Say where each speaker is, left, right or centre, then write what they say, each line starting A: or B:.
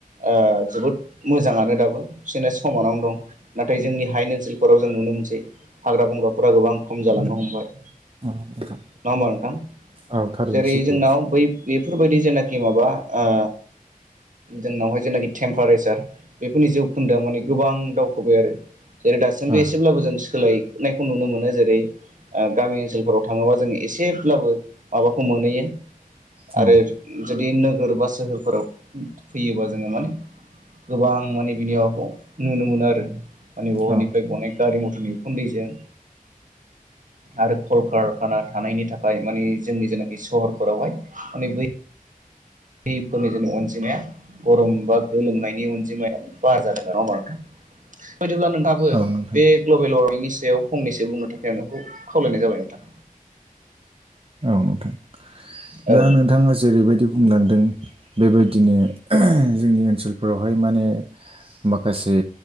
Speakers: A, on the right; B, on the right.
A: आ जोबोद मोजाङानो दाबो बिसोरना समानावनो दं नाथाय जोंनि हायेन ओनसोल
B: औ
A: फोराव जों नुनो मोनसै हाग्रा बंग्राफोरा गोबां खम जालांनो हमबाय।
B: औ नोंथां
A: नङा होमबा नोंथां
B: औ थारैनो
A: जेरै
B: सैथो
A: जोंनाव बै बेफोर बायदि जेनाखि माबा ओ जोंनावहाय जेनाखि टेम्पारेसार बेफोरनि जौखोन्दोआ माने गोबां दावखोबाय आरो जेरै दासिमबो
B: औ
A: एसेब्लाबो जों सोलायनायखौ नुनो मोनो जेरै ओ गामि ओनसोलफोराव थाङोबा जों एसेब्लाबो माबाखौ मोनहैयो
B: औ
A: आरो जुदि नोगोर बा सोहोरफोराव फैयोबा जोंङो माने गोबां माने बिनि माबाखौ नुनो मोनो आरो माने बबेनिफ्राय
B: औ
A: गनाय गारि मथरनि उखुन्दैजों आरो कलकारखाना थानायनि थाखाय मानि जोंनि जेनाखि सहरफोरावहाय माने बै दैफोरनि जोंनि अनजिमाया गरम बा गोलोमनायनि अनजिमाया बारा जादों आरो नंङा होमबा नोंथां बे बायदिब्ला नोंथांङाबो
B: औ नोंथां
A: बे ग्ल'बेल वार्मनि सायाव फंनैसो बुंनो थाखाय आंङो खावालायनाय जाबाय नोंथां
B: औ नोंथां
A: औ
B: दा नोंथांङा जेरैबायदि बुंलांदों बेबायदिनो जोंनि ओनसोलफोरावहाय माने माखासे